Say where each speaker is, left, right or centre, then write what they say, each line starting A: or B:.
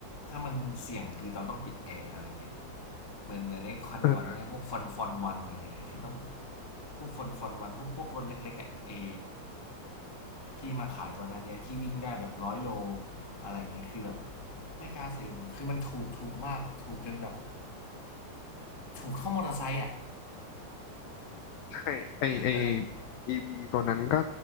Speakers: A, on the left (about 20°); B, on the left (about 80°).
A: ถ้ามันเสี่ยงคือเราต้องปิดแอร์อะไรเงี้ยเหมือนเหมือนไอ้ควันก่อนนนเนี่ยพวกฟอนฟอนวันอะไรเงี้ยคือต้อง
B: เออ
A: พวกฟอนฟอนวันพวกพวกรถเล็กๆอ่ะไอ้ที่มาขายก่อนหนั้นเนี่ยที่วิ่งได้แบบร้อยโลอะไรเงี้ยคือแบบไม่กล้าซื้อมคือมันถูกถูกมากถูกจนแบบถูกเท่ามอเตอร์ไซค์อ่ะ
B: ใช่ไอไอ
A: เออ
B: อีวีตัวนั้นก็